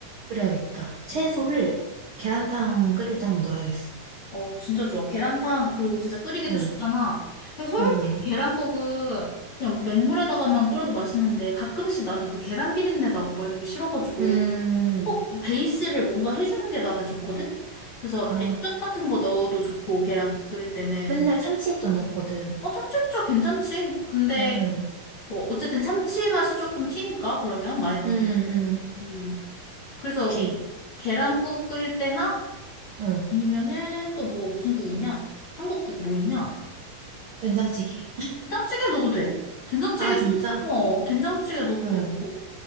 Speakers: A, on the right (about 65°); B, on the left (about 45°).
A: 그래야겠다. 채소를
B: 응.
A: 계란탕 끓일 때 한번 넣어야겠어.
B: 어, 진짜 좋아. 계란탕, 그리고 진짜 끓이기도
A: 응,
B: 쉽잖아. 근데 솔직히
A: 응, 응.
B: 계란국은 그냥 맹물에다가만 끓여도 맛있는데 가끔씩 나는 그 계란 비린내 나고 막 이런 게 싫어가지고
A: 음,
B: 꼭 베이스를 뭔가 해주는 게 나는 좋거든? 그래서
A: 아,
B: 액젓 같은 거 넣어도 좋고, 계란국 끓일 때는.
A: 맨날 참치액 좀 넣었거든.
B: 어, 참치국자 괜찮지. 근데,
A: 응, 응.
B: 뭐, 어쨌든 참치 맛이 조금 튀니까, 그러면, 많이 넣으면.
A: 응, 응.
B: 음, 그래서,
A: 오케이.
B: 계란국 끓일 때나,
A: 응.
B: 아니면은, 또 뭐, 무슨 국 있냐? 한국 국 뭐 있냐?
A: 된장찌개. <laughs>
B: 된장찌개 넣어도 돼. 된장찌개도,
A: 아, 진짜?
B: 어, 된장찌개 넣어도
A: 응,
B: 되고.